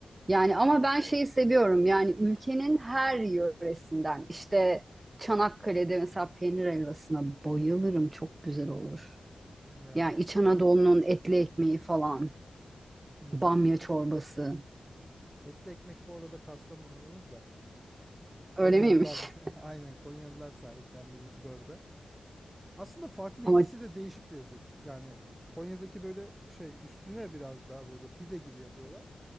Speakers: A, on the right (about 35°); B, on the right (about 20°).
A: Yani ama ben şeyi seviyorum. Yani ülkenin her yöresinden. İşte Çanakkale'de mesela peynir helvasına bayılırım. Çok güzel olur.
B: Yani
A: Yani İç Anadolu'nun etli ekmeği falan.
B: hmm.
A: Bamya çorbası.
B: Etli ekmek bu arada Kastamonu'nun da Konyalılar
A: Öyle miymiş?
B: <laughs> aynen Konyalılar sahiplendi bir tık orada. Aslında farklı
A: <laughs> Ama
B: ikisi de değişik lezzet. Yani Konya'daki böyle şey üstüne biraz daha böyle pide gibi yapıyorlar.